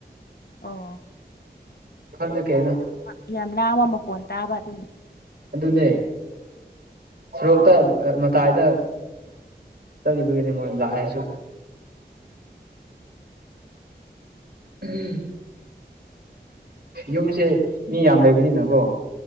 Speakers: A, on the left (about 70°); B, on the right (about 65°).
A: ꯑꯣ
B: ꯈꯪꯗꯦ ꯀꯩꯅꯣ
A: ꯌꯥꯝ ꯂꯥꯡꯕ ꯃꯈꯣꯟ ꯇꯥꯕ ꯑꯗꯨꯏ
B: ꯑꯗꯨꯅꯦ ꯁꯣꯔꯣꯛꯇ ꯃꯇꯥꯏꯗ ꯆꯠꯂꯤꯕꯒꯤꯅꯦ ꯃꯣꯏ ꯂꯥꯛꯑꯦꯁꯨ ꯎꯝ ꯌꯨꯝꯁꯦ ꯃꯤ ꯌꯥꯝ ꯂꯩꯕꯅꯤꯅꯀꯣ